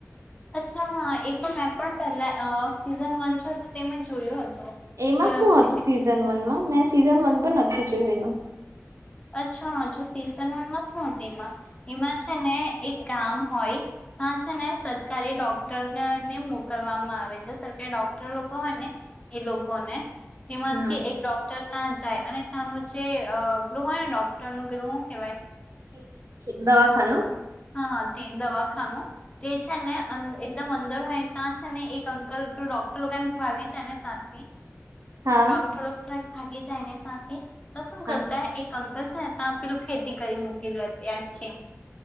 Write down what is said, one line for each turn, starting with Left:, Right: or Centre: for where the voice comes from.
Left: અચ્છા હં એ તો મેં પણ પહેલા સીઝન વન છે, તો તે મેં જોયું હતું.
Right: એમાં
Left: ગરમ
Right: શું હતું
Left: ચિકન
Right: સીઝન વનમાં? મેં સીઝન વન પણ નથી જોયું એનું
Left: અચ્છા, જો સીઝન વનમાં શું હતું? એમાં એમાં છે ને એક ગામ હોય. હા છે ને! સરકારી ડોક્ટરને મોકલવામાં આવે છે. સરકારી ડોક્ટર લોકો હોને એ લોકોને તેમાંથી
Right: હમ્મ
Left: એક ડોક્ટર ત્યાં જાય. અને ત્યાંનું જે પેલું હો ને, ડોક્ટર નું પેલું હું કેવાય?
Right: <unintelligible> દવાખાનું
Left: હા, તે દવાખાનું તે છે ને એકદમ અંદર હોય, ત્યાં છે ને એક અંકલ ડોક્ટર લોકો ભાગી છે ને ત્યાંથી
Right: હા.
Left: ડોક્ટરો લોક ભાગી જાય ને તાથી તો શું?
Right: હા
Left: કરતા
Right: હા.
Left: એક અંકલ છે ને ત પેલું ખેતી કરી મૂકી લે હતી આથી.